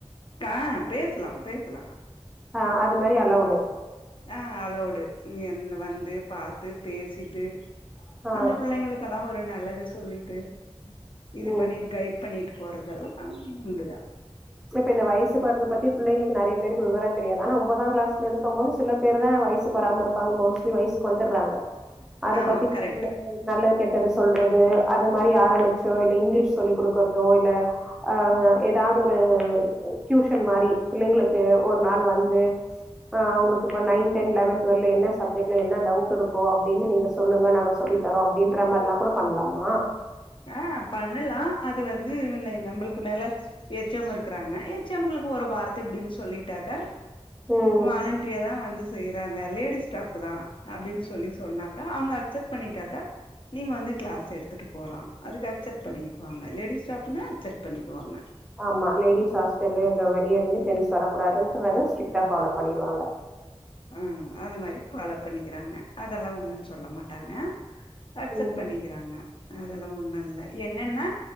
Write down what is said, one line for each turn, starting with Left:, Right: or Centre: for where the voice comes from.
Left: ஆ பேசலாம் பேசலா
Centre: ஆ அது மாரி அலோவுடு
Left: ஆ அலோடு என் வந்து பாத்த பேசிட்டு
Centre: ஆ
Left: அந்த பிள்ளைங்களுக் கெல்லா ஒரு நல்லது சொல்லிட்டு இது
Centre: ம்
Left: பண்ணி கைட் பண்ணிட்டு போறதெல்லா உண்டு தா
Centre: இப்ப இந்த வயசுக்கு வரது பத்தி பிள்ளைளுக்கு நறைய பேருக்கு விவரோ தெரியாது ஆனா ஒம்பதா கிளாஸ்ல இருக்கும் போது சில பேரு தா வயசுக்கு வராம இருப்பாங்க மோஸ்ட்லி வயசுக்கு வந்துடுறாங்க அத
Left: ஆமா
Centre: பத்தி
Left: கரெக்ட்
Centre: <inaudible> நல்லது கெட்டது சொல்றது அது மாரி ஆரம்பிச்சோ இல்ல இங்கிலீஷ் சொல்லி கொடுக்கறதோ இல்ல ஆ ஏதாவது ஒரு டியூஷன் மாரி பிள்ளைங்களுக்கு ஒரு நாள் வந்து ஆ அவுங்களுக்கு இப்ப நைன் டென் லெவென் டுவெல்ல என்ன சப்ஜெக்ட்ல என்ன டவுட் இருக்கோ அப்டின்னு நீங்க சொல்லுங்க நாங்க சொல்லி தரோ அப்டின்ற மாரிலாகூட பண்லாமா
Left: ஆ பண்ணலா அது வந்து என்ன நம்பளுக்கு மேல எச்சம் இருக்கறாங்க எச்சம்களுக்கு ஒரு வார்த்த இப்டின்னு சொல்லிட்டாக்கா
Centre: ம்
Left: வாலன்ட்ரியாதா வந்து செய்யறாங்க லேடி ஸ்டாஃப் தா அப்டின்னு சொல்லி சொன்னாக்கா அவுங்க அக்செப்ட் பண்ணிட்டாக்கா நீங்க வந்து கிளாஸ் எடுத்துட்டு போலா அதுக்கு அக்செப்ட் பண்ணிக்குவாங்க லேடிஸ் ஸ்டாஃப்னா அக்செப்ட் பண்ணிக்குவாங்க
Centre: ஆமா லேடிஸ் ஹாஸ்டலு வெளிய இருந்து ஜென்ஸ் வரக்கூடாதுன்றத ஸ்ட்ரிட்ட ஃபாலோ பண்ணிடுவாங்க
Left: ஆ அது மாரி ஃபாலோ பண்ணிக்கிறாங்க அதெல்லா ஒன்னு சொல்ல மாட்டாங்க அக்சப்ட்
Centre: ம்
Left: பண்ணி க்கிறாங்க அதெல்லா ஒண்ணு இல்ல என்னன்னா